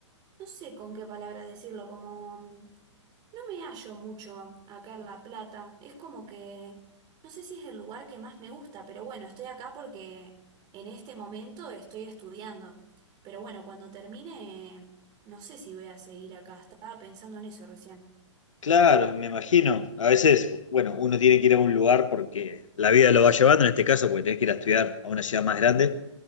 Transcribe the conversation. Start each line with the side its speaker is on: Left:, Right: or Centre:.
Right: no sé con qué palabras decirlo, como mm, no me hallo mucho acá en La Plata. Es como que no sé si es el lugar que más me gusta, pero bueno, estoy acá porque en este momento estoy estudiando. Pero bueno, cuando termine, no sé si voy a seguir acá. Estaba pensando en eso recién.
Left: Claro, me imagino. A veces, bueno, uno tiene que ir a un lugar porque la vida lo va llevando, en este caso, porque tenés que ir a estudiar a una ciudad más grande.